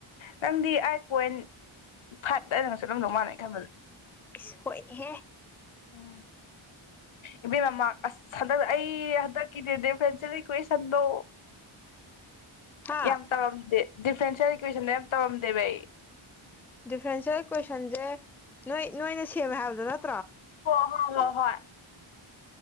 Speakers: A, on the left (about 70°); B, in the centre.
A: ꯅꯪꯗꯤ ꯑꯥꯏꯠ ꯄꯣꯏꯟ ꯐꯠ ꯖꯅꯁꯦ ꯑꯗꯨꯝꯗꯧ ꯃꯅꯦ ꯈꯜ
B: ꯏꯁ ꯍꯣꯏꯅꯦꯍꯦ
A: ꯎꯝ ꯏꯕꯦꯝ ꯃꯃꯥꯡ ꯑꯁ ꯍꯟꯗꯛ ꯑꯩ ꯍꯟꯗꯛꯀꯤꯅꯦ ꯗ ꯐꯦꯟ ꯀꯨꯏ ꯁꯟꯗꯣ
B: ꯍꯥ
A: ꯌꯥꯝ ꯇꯥꯔꯝꯗꯦ ꯗꯤꯐ꯭ꯔꯦꯟꯁꯤꯌꯦꯦꯜ ꯏꯀ꯭ꯋꯦꯁꯟ ꯌꯥꯝ ꯇꯧꯔꯝꯗꯦꯕ ꯑꯩ
B: ꯗꯤꯐ꯭ꯔꯦꯟꯁꯤꯌꯦꯦꯜ ꯀꯣꯏꯁꯟꯁꯦ ꯅꯣꯏ ꯅꯣꯏꯅ ꯁꯦꯝꯃꯦ ꯍꯥꯏꯕꯗꯨꯣ ꯅꯠꯇ
A: ꯍ ꯍꯣ ꯍꯣ ꯍꯣꯏ